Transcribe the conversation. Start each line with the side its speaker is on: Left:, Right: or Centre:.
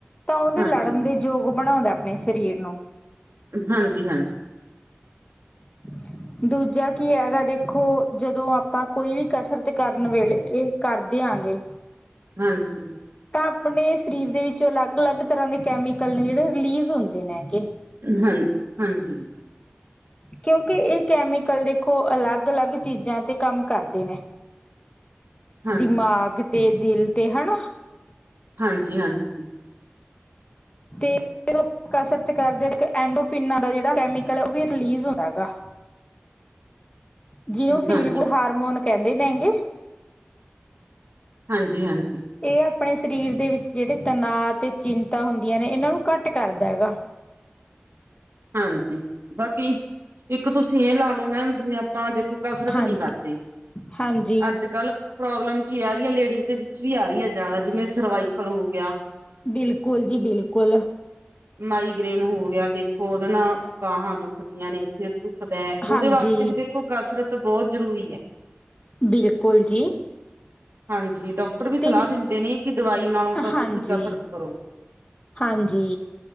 Left: ਤਾਂ ਓਦੇ
Right: ਹਾਂਜੀ
Left: ਲੜਨ ਦੇ ਜੋਗ ਬਣਾਉਂਦਾ ਆਪਣੇ ਸਰੀਰ ਨੂੰ।
Right: ਹਾਂਜੀ-ਹਾਂਜੀ।
Left: <inaudible> ਦੂਜਾ ਕੀ ਐਗਾ ਦੇਖੋ, ਜਦੋਂ ਆਪਾਂ ਕੋਈ ਵੀ ਕਸਰਤ ਕਰਨ ਵੇਲੇ, ਏ ਕਾਰਦੇਆਂਗੇ
Right: ਹਾਂਜੀ।
Left: ਤਾਂ ਆਪਣੇ ਸਰੀਰ ਦੇ ਵਿੱਚੋ ਲੱਗ-ਲੱਗ ਤਰਾਂ ਦੇ ਕੈਮੀਕਲ ਨੇ ਜਿੜੇ ਰਿਲੀਜ਼ ਹੁੰ ਜੇ ਨੈਗੇ
Right: ਹਾਂ ਹਾਂਜੀ
Left: ਕਓਕਿ ਏ ਕੈਮੀਕਲ ਦੇਖੋ ਅਲੱਗ ਲੱਗ ਚੀਜ਼ਾਂ ਤੇ ਕੰਮ ਕਰਦੇ ਨੇ
Right: ਹਾਂਜੀ
Left: ਦਿਮਾਗ ਤੇ ਦਿਲ ਤੇ ਹਣਾ
Right: ਹਾਂਜੀ-ਹਾਂਜੀ।
Left: ਤੇ, ਮਤਲਬ ਕਸਰਤ ਕਰਦੇ ਦੇਖੇਓ ੲੈਡਓਫ ਇਨਾ ਦਾ ਜਿੜਾ ਕੈਮਿਕਲ ਆ ਓ ਵੀ ਜਿੜਾ ਰਿਲੀਜ਼ ਹੁੰਦਾ ਗਾ। ਜਿਯੁ ਫੀਲ
Right: ਹਾਂਜੀ
Left: ਗੁ ਹਾਰਮੋਨ ਕੈੰਦੇ ਨੈ ਗੇ
Right: ਹਾਂਜੀ-ਹਾਂਜੀ।
Left: ਏ ਆਪਣੇ ਸਰੀਰ ਦੇ ਵਿੱਚ ਜਿੜੇ ਤਣਾਅ ਤੇ ਚਿੰਤਾ ਹੁੰਦੀਆਂ ਨੇ, ਏਨਾਂ ਨੂੰ ਘੱਟ ਕਰਦਾ ਹੈਗਾ।
Right: ਹਾਂਜੀ, ਬਾਕੀ ਇੱਕ ਤੁਸੀਂ ਏ ਲਾਲੋ ਮੈਮ ਜਿਵੇਂ ਆਪਾਂ ਦੇਖੋ ਕਸਰਤ
Left: ਹਾਂਜੀ
Right: ਨੀ ਕਾਰਦੇ,
Left: ਹਾਂਜੀ
Right: ਅੱਜ-ਕਲ ਪ੍ਰੋਬਲਮ ਕੀ ਆ ਰੀ ਐ ਲੇਡੀਜ਼ ਦੇ ਵਿੱਚ ਵੀ ਆ ਰੀ ਐ ਜਾਦਾ, ਜਿਵੇਂ ਸਰਵਾਈਕਲ ਹੋ ਗੇਆ
Left: ਬਿਲਕੁਲ ਜੀ, ਬਿਲਕੋਲ
Right: ਮਾਈਗ੍ਰੇਨ ਹੋ ਗਿਆ। ਦੇਖੋ ਓਦੇ ਨਾ, ਬਾਹਾਂ ਦੁਖਦੀਆਂ ਨੇ, ਸਿਰ ਦੁੱਖ ਦਾ, ਉਹਦੇ
Left: ਹਾਂਜੀ
Right: ਵਾਸਤੇ ਵੀ ਦੇਖੋ, ਕਸਰਤ ਬਹੁਤ ਜ਼ਰੂਰੀ ਐ।
Left: ਬਿਲਕੁਲ ਜੀ।
Right: ਹਾਂਜੀ। ਡਾਕਟਰ ਵੀ ਸਲਾਹ
Left: ਤੇ
Right: ਦਿੰਦੇ ਨੇ ਕਿ ਦਵਾਈ ਨਾਲੋਂ ਤਾਂ
Left: ਹਾਂਜੀ
Right: ਤੁਸੀਂ ਕਸਰਤ ਕਰੋ।
Left: ਹਾਂਜੀ।